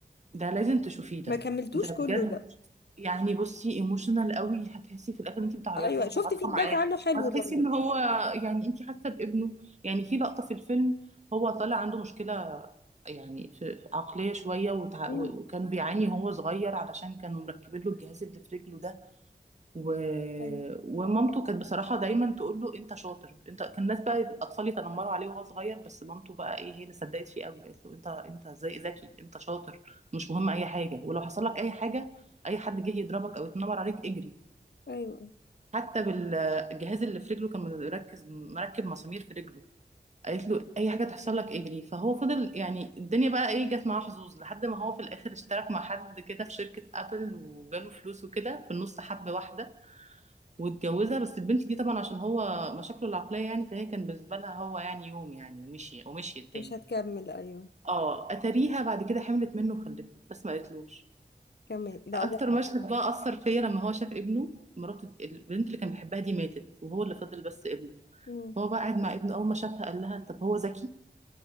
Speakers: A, on the right; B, on the left.
A: ده لازم تشوفيه ده
B: ما كملتوش
A: ده
B: كله
A: بجد
B: ده
A: يعني بصي ايموشنال قوي هتحسي في الاخر انت بتعيطي
B: ايوه
A: ومتعاطفه
B: شفت فيدباك
A: معاه
B: عنه حلو
A: وهتحسي
B: برضه
A: ان هو يعني انت حاسه بابنه يعني في لقطه في الفيلم هو طالع عنده مشكله يعني في في عقليه شويه وتع...
B: مم.
A: وكان بيعاني وهو صغير علشان كانوا مركبين له الجهاز اللي في رجله ده و...
B: ايوه
A: ومامته كانت بصراحة دايما تقول له انت شاطر انت كان الناس بقى الاطفال يتنمروا عليه وهو صغير بس مامته بقى ايه هي اللي صدقت فيه قوي قالت له انت انت زي ذكي انت شاطر مش مهم اي حاجة ولو حصل لك اي حاجة اي حد جه يضربك او يتنمر عليك اجري
B: ايوه أيوه.
A: حتى بالجهاز اللي في رجله كان مركز مركب مسامير في رجله قالت له اي حاجة تحصل لك اجري فهو فضل يعني الدنيا بقى ايه جت معاه حظوظ لحد ما هو في الاخر اشترك مع حد كده في شركة ابل وجاله فلوس وكده في النص حب واحدة واتجوزها بس البنت دي طبعا عشان هو مشاكله العقلية يعني فهي كان بالنسبة لها هو يعني يوم يعني ومشي ومشي التاني
B: مش هتكمل ايوه
A: اه اتاريها بعد كده حملت منه وخلفت بس ما قالتلوش
B: كمل لا
A: اكتر
B: و...
A: مشهد بقى اثر فيا لما هو شاف ابنه مراته البنت اللي كان بيحبها دي ماتت وهو اللي فضل بس ابنه
B: مم.
A: هو بقى قاعد مع ابنه اول ما شافها قال لها طب هو ذكي